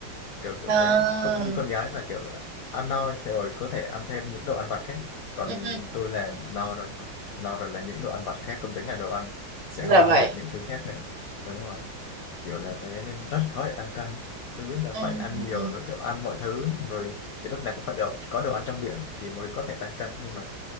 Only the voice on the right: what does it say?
À,
ừ,
dạ
vậy.
Ừ,
ừ.